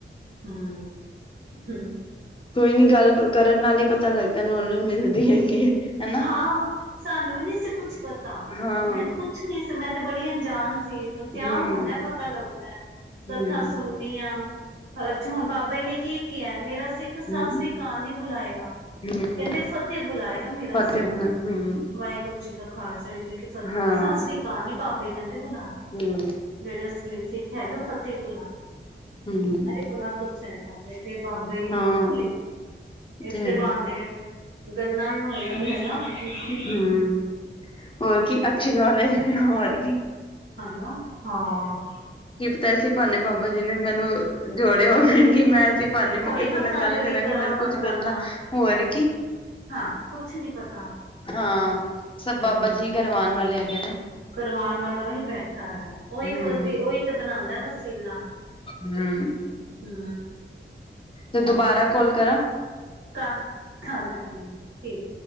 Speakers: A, on the right; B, on the left.
A: ਹੂ ਹੂ,,,
B: ਕੋਈ ਨੀ ਗੱਲ ਕਰਨ ਨਾਲ ਹੀ ਪਤਾ ਲੱਗਦਾ ਨੌਲੇਜ ਮਿਲਦੀ ਹੈਗੀ ਹੈ ਹਨਾ।
A: ਹਾਂ ਸਾਨੂੰ ਵੀ ਨੀ ਸੀ ਕੁਛ ਪਤਾ
B: ਹਾਂ
A: ਮੈਨੂੰ
B: ਹੂੰ।
A: ਕੁਛ ਨੀ ਸੀ ਮੈਂ ਤੇ ਬੜੀ ਅਣਜਾਨ ਕੇਵਲ ਤੇ
B: ਹੂੰ,
A: ਆ ਹੋਣਾ ਪਤਾ ਲੱਗਦਾ ਕੱਥਾ
B: ਹੂੰ,
A: ਸੁਣਨੀ ਹਾਂ। ਹਰ 'ਚ ਹੁਣ ਬਾਬਾ ਜੀ ਨੇ ਕੀ ਕਿਹਾ ਮੇਰਾ ਸਿੱਖ। ਸਿੱਖ ਸਤਿ
B: ਹੂੰ,
A: ਸ੍ਰੀ ਆਕਾਲ ਕਾਲ ਨੀ ਬੁਲਾਏਗਾ।
B: ਹੂੰ
A: ਕਹਿੰਦੇ ਫਤਿਹ ਬੁਲਾਏਗਾ ਮੇਰਾ ਸਿੱਖ।
B: <unintelligible> ਹੂੰ।
A: ਵਾਹਿਗੁਰੂ ਜੀ ਕਾ ਖਾਲਸਾ। ਵਾਹਿਗੁਰੂ ਜੀ ਕੀ ਫਤਿਹ।
B: ਹਾਂ
A: ਸਤਿ ਸ੍ਰੀ ਅਕਾਲ ਨੀ ਬਾਬੇ ਕਹਿੰਦੇ ਬੁਲਾਣੀ।
B: ਹੂੰ,
A: ਜਿਹੜੇ ਅਸਲੀ ਸਿੱਖ ਹੈਗੇ। <unintelligible> ਉਹ ਫਤਿਹ ਬੁਲਾਂਦੇ ਆ
B: ਹੂੰ
A: ਅਰੇ ਬੜਾ ਕੁਛ ਹੈ। ਹਾਂ ਤੇ ਬਾਬੇ ਦੀ
B: ਹਾਂ
A: ਬਾਣੀ ਤੇ ਇਸੇ
B: ਤੇ ਹੈ
A: ਬਾਹਨੇ। ਗੱਲਾਂ ਵੀ ਹੋ ਜਾਂਦੀਆਂ ਨੇ। ਹਨਾ। <unintelligible>
B: ਹੂੰ ਹੋਰ ਕੀ ਅੱਛੀ ਨੌਲੇਜ ਹੋਰ ਕੀ।
A: ਹਨਾ ਹਾਂ।
B: ਕੀ ਪਤਾ ਐਸੇ ਬਹਾਨੇ ਬਾਬਾ ਜੀ ਨੇ ਮੈਨੂੰ ਜੋੜਿਆਂ ਹੋਵੇ ਕਿ ਮੈਂ। ਇਸੇ ਬਹਾਨੇ
A: ਕੋਈ
B: ਮੈਂ ਕਿਸੇ
A: ਪਤਾ
B: ਨਾਲ ਗੱਲ
A: ਨੀ ਉਹਦੀ
B: ਕਰਾਂਗੀ
A: ਕਰਾਮਾਤਾਂ
B: ਮੈਨੂੰ ਕੁੱਝ ਗੱਲਾਂ
A: ਦਾ
B: ਹੋਰ ਕੀ।
A: ਹਾਂ ਕੁਛ ਨੀ ਪਤਾ
B: ਹਾਂ ਸਭ
A: ਹਮ
B: ਬਾਬਾ ਜੀ ਕਰਵਾਨ ਵਾਲੇ ਹੈਗੇ ਨੇ।
A: ਕਰਵਾਉਣ ਵਾਲਾ ਉਹੀ ਬੈਠਾ ਏ। ਉਹ
B: ਹਮ
A: ਇੱਕ ਵਾਰੀ ਉਹੀ ਤੇ ਬਣਾਉਂਦਾ ਹੈ। ਵਸੀਲਾ।
B: ਹੂੰ।
A: ਹੂੰ।
B: ਤੇ ਦੁਬਾਰਾ ਕੌਲ ਕਰਾਂ।
A: <unintelligible>
B: ਹੂੰ।
A: ਠੀਕ।